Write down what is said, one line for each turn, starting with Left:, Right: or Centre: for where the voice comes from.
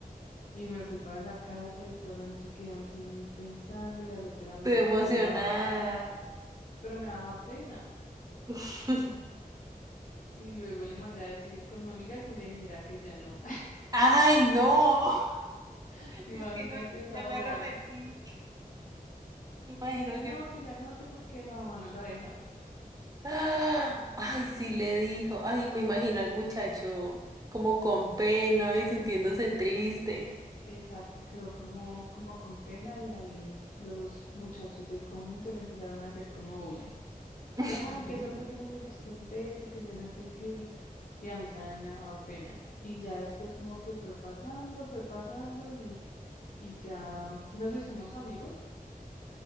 Left: Y me fui para la casa y toda la noche quedé así pensando y al otro día me
Right: Estoy
Left: daba
Right: emocionada.
Left: pena bajar, pero me daba pena.
Right: <laughs>
Left: Y luego le mandé a decir con mi amiga que le dijera que ya no.
Right: Ay, no.
Left: <laughs> Imagínate
Right: Es que no,
Left: esa
Right: ya
Left: bobada.
Right: me arrepentí. Imagino
Left: Y él dijo, no,
Right: que... <gasps>
Left: que ya no, que porque la mamá no la deja.
Right: ¡Ah! Ay, sí le dijo. Ay, me imagino al muchacho como con pena y sintiéndose triste.
Left: Exacto, quedó como, como con pena y ahí los muchachos del conjunto le empezaron a hacer como bullying.
Right: <laughs>
Left: Que ay, que eso fue que no le gustó el beso, que ya no sé qué. Y a mí también me daba pena. Y ya después como que fue pasando, fue pasando y, y ya nos hicimos amigos.